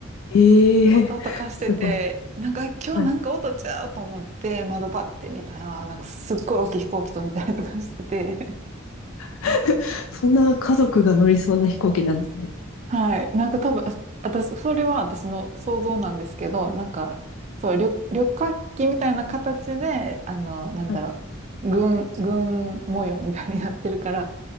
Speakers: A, on the left (about 65°); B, on the right (about 35°).
A: ええすごい。
B: <laughs> 音とかしてて、なんか今日なんか音ちゃうと思って窓パッて見たら、
A: はい。
B: なんかすっごい大きい飛行機飛んでたりとかしてて、
A: <laughs> そんな家族が乗りそうな飛行機なんですね。
B: はい。なんか多分、あ私、それは私の想像なんですけど、なんか、そう、旅、旅客機みたいな形で、あの、なんだろう、
A: はい。
B: 軍、軍模様みたいになってるから、